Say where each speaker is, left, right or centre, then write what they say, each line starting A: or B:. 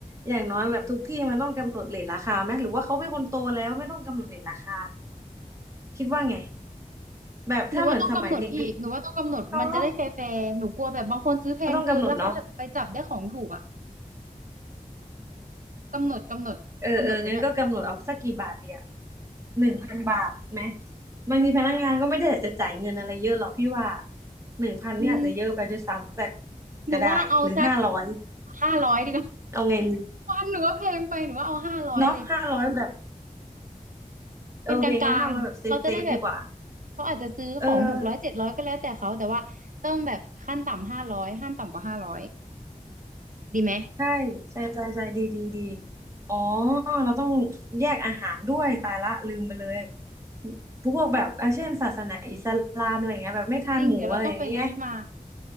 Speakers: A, on the right; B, on the right.
A: อย่างน้อยแบบทุกที่มันต้องกำหนดเรทราคาไหมหรือว่าเขาเป็นคนโตแล้วไม่ต้องกำหนดเรทราคาคิดว่าไงแบบถ้าเหมือนสมัยเด็ก
B: หนูว่าต้องกำหนดพี่หนูว่าต้องกำหนดมันจะได้แฟร์ๆหนูกลัวแบบบางคนซื้อแพงเกินแล้วเขาแบบไปจับได้ของถูกอะ
A: ๆเนาะก็ต้องกำหนดเนาะ
B: กำหนดกำหนดกำหนดไปด้วย
A: เออเอองั้นก็กำหนดเอาสักกี่บาทเดียวหนึ่งพันบาทไหมบางทีพนักงานก็ไม่ได้อยากจะจ่ายเงินอะไรเยอะหรอกพี่ว่าหนึ่งพันเนี่ยอาจจะเยอะไปด้วยซ้ำแต่
B: อืมหนูว่าเอาสัก
A: ก็ได้หรือห้าร้อย
B: ห้าร้อยดีกว่า
A: เอาไงดี
B: วันหนูว่าแพงไปหนูว่าเอาห้าร้อยเลย
A: เนาะห้าร้อยแบบโอเคงั้นห้าร้อยแบบเซฟเซฟดีกว่า
B: เป็นกลางๆเขาจะได้แบบเขาอาจจะซื้อของหกร้อยเจ็ดร้อยก็แล้วแต่เขาแต่ว่าต้องแบบขั้นต่ำห้าร้อยห้ามต่ำกว่าห้าร้อย
A: เออ
B: ดีไหม
A: ใช่ใช่ใช่ใช่ดีดีดีอ๋อเราต้องแยกอาหารด้วยตายละลืมไปเลยพวกแบบอ่ะเช่นศาสนาอิสลามอะไรเงี้ยแบบไม่ทานหมูอะไรอย่างเงี้ย
B: จริง เดี๋ยวเราต้องไปลิสต์มา